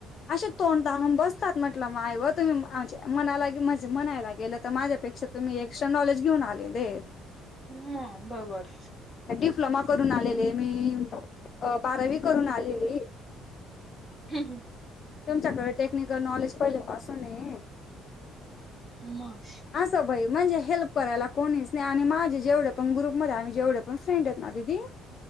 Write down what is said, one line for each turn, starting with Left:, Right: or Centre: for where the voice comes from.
Left: अशा तोंड ताणून बसतात. म्हंटलं मायव तुम्ही आमच्या मनालागे, म्हणजे म्हनायला गेलं त तुम्ही माझ्यापेक्षा एक एक्स्ट्रा नॉलेज घेऊन आलेले.
Centre: म बरोबर.
Left: त्या डिप्लोमा करून आलेले. मी बारावी करून आलेली.
Centre: <unintelligible>
Left: तुमच्याकड टेक्निकल नॉलेज पहिले पासूने.
Centre: म.
Left: असं बाई म्हणजे हेल्प करायला कोणीच नाही. आणि माझे जेवढे पण ग्रुपमध्ये आम्ही जेवढे पण फ्रेंडेत ना दिदी. <inaudible>